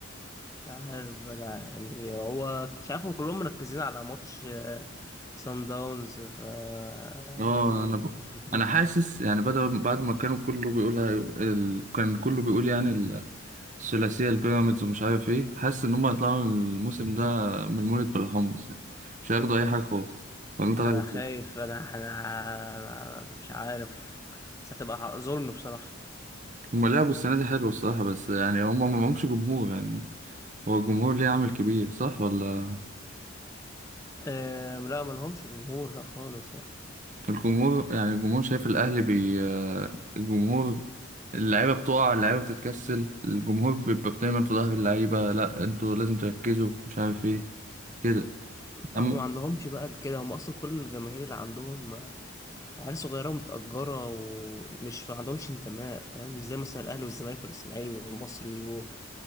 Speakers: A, on the left; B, on the right.
A: مش عارف بقى يعني هو مش عارف هم كلهم مركزين على ماتش آه، سان داونز ف آه،
B: اه
A: يعني
B: انا ب...
A: مش مركزين
B: انا حاسس يعني بدل بعد ما كانوا كله بيقول هي- ال... كان كله بيقول يعني ال- الثلاثيه البيراميدز ومش عارف ايه حاسس ان هم هيطلعوا الموسم ده من مولد بالحمص يعني. مش هياخدوا اي حاجه خالص ولا انت
A: انا
B: رأيك
A: خايف
B: إيه؟
A: انا انا أنا مش عارف بس هتبقى ظلم بصراحة
B: هم لعبوا السنه دي حلو الصراحه بس يعني هم ما معهمش جمهور يعني هو الجمهور ليه عامل كبير صح ولا
A: أه لا ملهمش جمهور لا خالص
B: الجمهور يعني الجمهور شايف الأهلي بي آه، الجمهور اللعيبة بتقع اللعيبة بتتكسل الجمهور بيبقى دايما في ظهر اللعيبة لا انتوا لازم تركزوا مش عارف ايه كده
A: هم
B: أما
A: ما عندهمش بقى كده هم اصلا كل الجماهير اللي عندهم آه، عيال صغيره ومتاجره ومش ما عندهمش انتماء فاهم زي مثلا الاهلي والزمالك والاسماعيلي والمصري و...